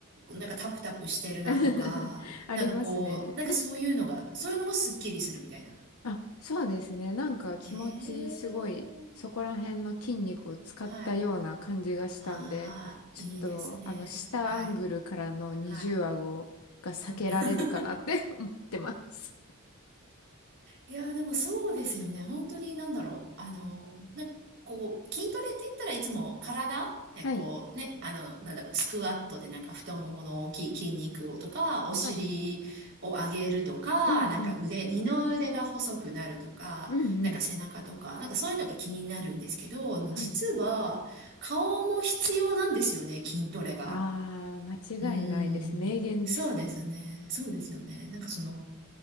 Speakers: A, on the right; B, on the left.
A: う。なんかタプタプしてるなとか、
B: <laughs> ありますね。
A: なんかこう、なんかそういうのが、そういうのもスッキリするみたいな。
B: あ、そうですね。なんか気持ちすごい、
A: ええ。
B: そこら辺の筋肉を使ったような感じがしたんで、
A: はい。ああ、
B: ちょっと、
A: いいですね。
B: あの、下アングルからの二重顎が避けられるかなって
A: はい。はい。うん <laughs>
B: <laughs> 思ってます。
A: いやー、でもそうですよね。本当になんだろう。あのー、な、こう、筋トレって言ったらいつも体、ね、
B: はい。
A: こうね、あの、なんだろう、スクワットでなんか太ももの大きい筋肉をとか、お尻を上げるとか、
B: はい。うんうん。
A: なんか腕、二の腕が細くなるとか、
B: うんうん。
A: なんか背中とか、なんかそういうのが気になるんですけど、もう実は顔も必要なんですよね、
B: はい。
A: 筋トレが。
B: あー、
A: うーん。
B: 間違いないです。名言です。
A: そうですね。そうですよね。なんかその、